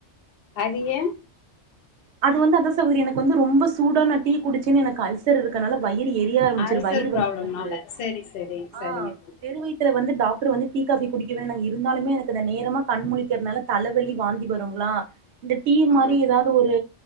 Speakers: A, on the left; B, on the right.
A: அது ஏ
B: அது வந்து அத சகோதரி எனக்கு வந்து ரொம்ப சூடா நா டீ குடிச்சன்னு எனக்கு அல் சர் இருக்கனால வயிறு எரிய ஆரம்பிச்சிரு
A: அல்சர்
B: வயிறு வலிக்கு
A: ப்ராப்ளம்னால
B: எனக்கு
A: சரி சரி
B: ஆ
A: சரிங்க தோழி
B: வெறு வயித் துல வந்து டாக்டர் வந்து டீ காஃபி குடிக்க வேணாங் இருந்தாலுமே எனக்கு இந்த நேரமா கண் முழிக்கறனால தலவலி வாந்தி வருங்களா இந்த டீ
A: ஆ
B: மாரி எதாவது ஒரு